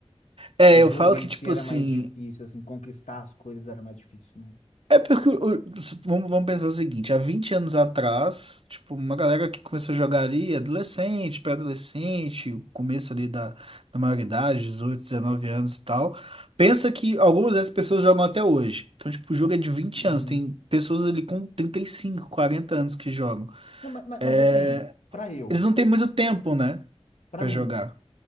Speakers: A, on the right; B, on the left.
A: É,
B: O jogo
A: eu falo
B: em
A: que, tipo
B: si era
A: assim,
B: mais difícil, assim, conquistar as coisas era mais difícil, né?
A: É porque, o- vamos, vamos pensar o seguinte, há 20 anos atrás, tipo, uma galera que começou a jogar ali, adolescente, pré-adolescente, o começo ali da, da maioridade, 18, 19 anos e tal, pensa que algumas dessas pessoas jogam até hoje. Então, tipo, o jogo é de vinte
B: Uhum.
A: anos, tem pessoas ali com 35, 40 anos que jogam.
B: Não, ma- ma-
A: É,
B: mas, assim, pra eu,
A: eles não têm muito tempo, né,
B: pra
A: pra
B: mim,
A: jogar.